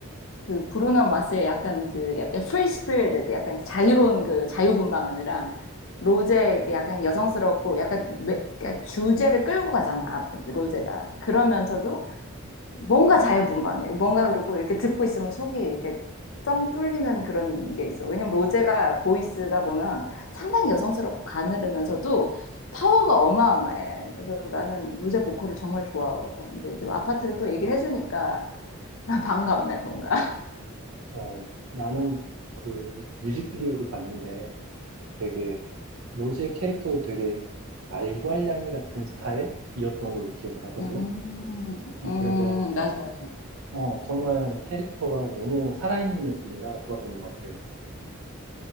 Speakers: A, on the left (about 65°); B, on the right (about 85°).
A: 그 브루노 마스의 약간 그 약간 프리 스피릿 약간 자유로운 그 자유분방함이랑 로제의 그 약간 여성스럽고 약간 매- 그러니까 주제를 끌고 가잖아 로제가 그러면서도 뭔가 자유분방해 뭔가 그러고 이렇게 듣고 있으면 속이 이렇게 뻥 뚫리는 그런 게 있어 왜냐면 로제가 보이스가 보면 상당히 여성스럽고 가늘으면서도 파워가 어마어마해 그래서 나는 로제 보컬을 정말 좋아하거든 근데 좀 아파트를 또 얘기를 해주니까 <laughs> 반갑네 뭔가
B: 어, 나는 그 뮤직비디오를 봤는데 되게 로즈의 캐릭터도 되게 말괄량이 같은 스타일이었던 걸로 기억을 하거든.
A: 음,
B: 어,
A: 음,
B: 그래서
A: 맞아, 맞아.
B: 어, 정말 캐릭터가 너무 살아있는 느낌이라 좋았던 것 같아.